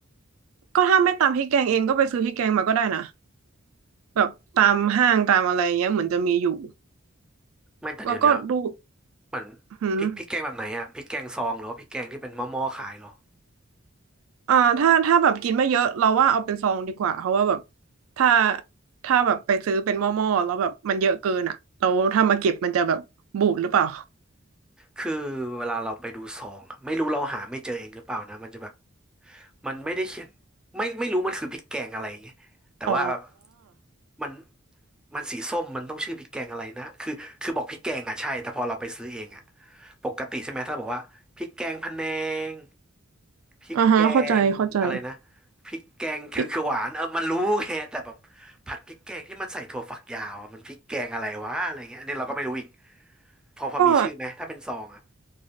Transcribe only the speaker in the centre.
ไม่แต่เดี๋ยวเนี้ย
เหมือน
พริกพริกแกงแบบไหนอ่ะพริกแกงซองหรือว่าพริกแกงที่เป็นหม้อๆขายเหรอ
คือเวลาเราไปดูซองอะไม่รู้เราหาไม่เจอเองหรือเปล่านะมันจะแบบมันไม่ได้เขียนไม่ไม่รู้มันคือพริกแกงอะไรอย่างเงี้ยแต่ว่าแบบ
มันมันสีส้มมันต้องชื่อพริกแกงอะไรนะคือคือบอกพริกแกงอ่ะใช่แต่พอเราไปซื้อเองอ่ะปกติใช่ไหมถ้าเราบอกว่าพริกแกงพะแนงพริกแกงอะไรนะ
พริกแกงเขียวเขียวหวานเออมันรู้ไงแต่แบบ
ผัดพริกแกงที่มันใส่ถั่วฝักยาวอะมันพริกแกงอะไรวะอะไรเงี้ยอันนี้เราก็ไม่รู้อีกพอพอมีชื่อไหมถ้าเป็นซองอ่ะ